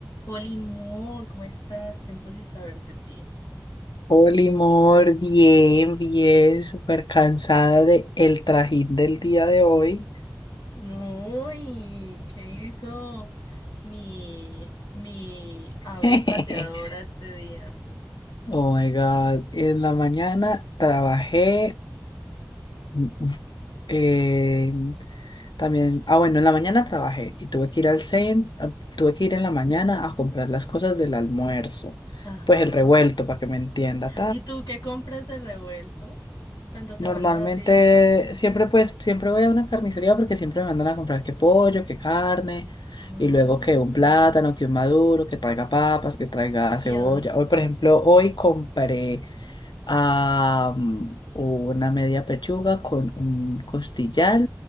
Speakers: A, on the left; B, on the left.
A: Oli Moore, ¿cómo estás? Tiempo sin saber de ti.
B: Hola, amor, bien, bien, súper cansada de el trajín del día de hoy.
A: Uy, ¿qué hizo mi, mi ave
B: <laughs>
A: paseadora este día?
B: Oh my God, en la mañana trabajé mm, mm, en- también, ah bueno, en la mañana trabajé y tuve que ir al centro, tuve que ir en la mañana a comprar las cosas del almuerzo,
A: Ajá.
B: pues el revuelto para que me entienda,
A: ¿Y tú qué compras de revuelto cuando te
B: Normalmente,
A: mandan así? Por...
B: siempre pues, siempre voy a una carnicería porque siempre me mandan a comprar que pollo, que carne,
A: Ah,
B: y luego que un plátano, que un maduro, que traiga papas, que traiga
A: Y
B: cebolla.
A: en-
B: Hoy, por ejemplo, hoy compré am, una media pechuga con un costillar,